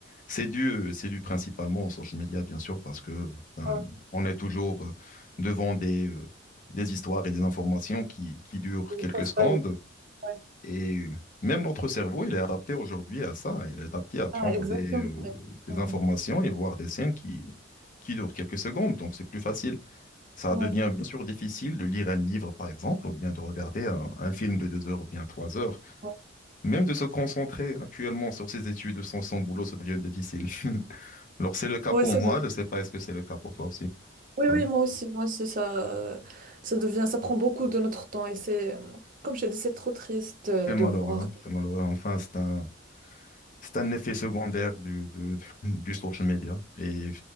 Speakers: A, on the left; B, on the right.
A: c'est dû, c'est dû principalement aux social media, bien sûr, parce que enfin,
B: Ah,
A: on est toujours euh, devant des, euh, des histoires et des informations qui, qui durent
B: oui.
A: quelques
B: Ça se
A: secondes.
B: passe. Ouais.
A: Et même notre cerveau, il est adapté aujourd'hui à ça. Il est adapté à prendre
B: Ah, exactement.
A: des, euh,
B: Exactement.
A: des informations et voir des scènes qui, qui durent quelques secondes. Donc, c'est plus facile. Ça
B: Ouais.
A: devient bien sûr difficile de lire un livre, par exemple, ou bien de regarder un, un film de deux heures ou bien trois heures.
B: Ouais,
A: Même de se concentrer actuellement sur ses études sans son boulot, ça devient difficile. <laughs> Alors, c'est le cas
B: Ouais,
A: pour
B: c'est
A: moi.
B: vrai.
A: Je ne sais pas, est-ce que c'est le cas pour toi aussi?
B: Oui,
A: Ah,
B: oui, moi aussi. Moi aussi, ça, ça devient, ça prend beaucoup de notre temps. Et c'est, comme je te dis, c'est trop triste euh,
A: C'est
B: de
A: malheureux.
B: voir.
A: hein. C'est malheureux. Enfin, c'est un, c'est un effet secondaire du, du, <laughs> du social media. Et